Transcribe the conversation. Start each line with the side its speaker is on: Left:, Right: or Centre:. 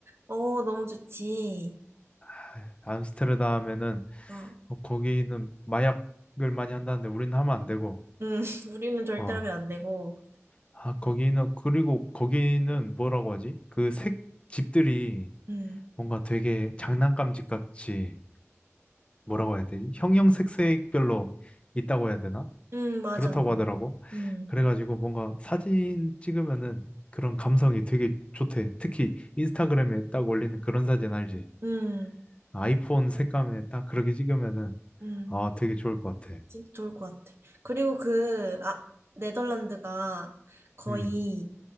Right: 어, 너무 좋지.
Left: 아, 암스테르담에는
Right: 막,
Left: 어, 거기는 마약을 많이 한다는데 우리는 하면 안 되고
Right: 응, <laughs> 우리는 절대
Left: 어
Right: 하면 안 되고.
Left: 아, 거기는, 그리고 거기는 뭐라고 하지? 그 색, 집들이
Right: 응,
Left: 뭔가 되게 장난감 집 같이, 뭐라고 해야 되지? 형형색색별로 있다고 해야 되나?
Right: 응, 맞아.
Left: 그렇다고 하더라고.
Right: 응,
Left: 그래가지고 뭔가 사진 찍으면은 그런 감성이 되게 좋대. 특히 인스타그램에 딱 올리는 그런 사진 알지?
Right: 응,
Left: 아이폰 색감에 딱 그렇게 찍으면은,
Right: 응.
Left: 아, 되게 좋을 것 같아.
Right: 진짜 좋을 것 같아. 그리고 그, 아, 네덜란드가 거의
Left: 음.